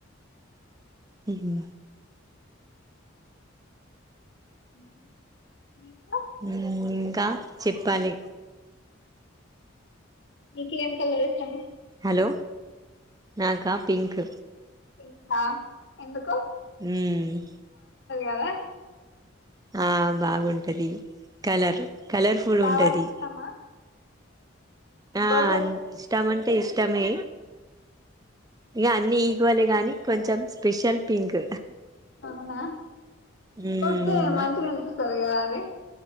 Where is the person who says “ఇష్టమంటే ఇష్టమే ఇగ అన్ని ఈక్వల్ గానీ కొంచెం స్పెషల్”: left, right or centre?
Right